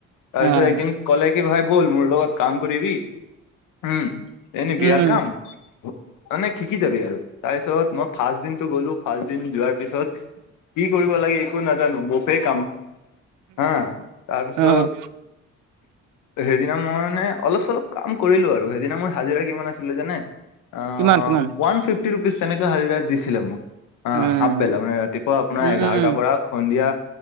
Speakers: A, on the left; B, on the right.
A: তাৰপিছত
B: অ',
A: একদিন কলে কি ভাই বল মোৰ লগত কাম কৰিবি উম। এনেই বিয়াৰ
B: উম, উম,
A: কাম মানে শিকি যাবি আৰু তাৰ পিছত মই ফাৰ্ষ্ট দিনতটো গ'লো ফাৰ্ষট দিন যোৱাৰ পিছত কি কৰিব লাগে একো নাজানো। বফে কাম হা তাৰপিছত
B: অ',
A: সেইদিনা মই মানে অলপ চলপ কাম কৰিলো আৰু সেইদিনা মোৰ হাজিৰা কিমান আছিলে জানে। অ
B: কিমান কিমান?
A: ওৱান ফিফটি ৰুপিজ তেনেকে হাজিৰা দিছিলে মোক। অ
B: উম,
A: হাপবেলা মানে ৰাতিপুৱা আপোনাৰ
B: উম,
A: এঘাৰটাৰ
B: উম, উম,
A: পৰা সন্ধিয়া।